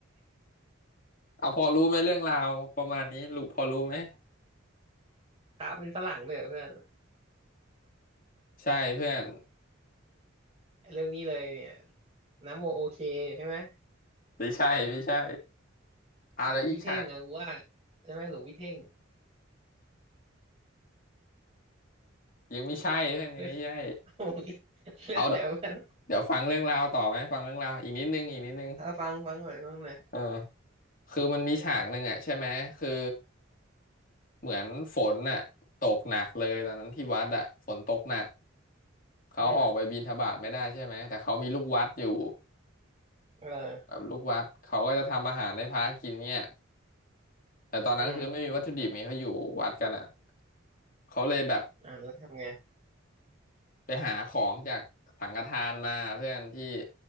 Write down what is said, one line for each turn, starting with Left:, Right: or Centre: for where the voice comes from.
Left: เอาพอรู้ไหมเรื่องราวประมาณนี้รู้พอรู้ไหม
Right: พระเป็นฝรั่งด้วยเหรอเพื่อน
Left: ใช่เพื่อน
Right: ไอ้เรื่องนี้เลยเนี่ยนะโมโอเคใช่ไหม
Left: ไม่ใช่ไม่ใช่เอาแล้วอีกค่ะ
Right: หลวงพี่เท่งอะกูว่าใช่ไหมหลวงพี่เท่ง
Left: ยังไม่ใช่ท่านยังไม่ใช่
Right: <laughs> เรื่อง้ <laughs> เรื่องอะไรวะ
Left: เอาเดี๋ยวเดี๋ยวฟังเรื่องราวต่อไหมฟังเรื่องราวอีกนิดนึงอีกนิดนึง
Right: อ่ะฟังฟังหน่อยฟังหน่อย
Left: เออคือมันมีฉากหนึ่งอ่ะใช่ไหมคือเหมือนฝนน่ะตกหนักเลยตอนนั้นที่วัดอ่ะฝนตกหนักเขาออกไปบิณฑบาตไม่ได้ใช่ไหมแต่เขามีลูกวัดอยู่
Right: อืมเออ
Left: แบบลูกวัดเขาก็จะทำอาหารให้พระกินเนี่ยแต่ตอนนั้นคือไม่มีวัตถุดิบไงเขาอยู่วัดกันอ่ะ
Right: อืม
Left: เขาเลยแบบ
Right: อ่าแล้วทำไง
Left: ไปหาของจากสังฆทานมาเพื่อนที่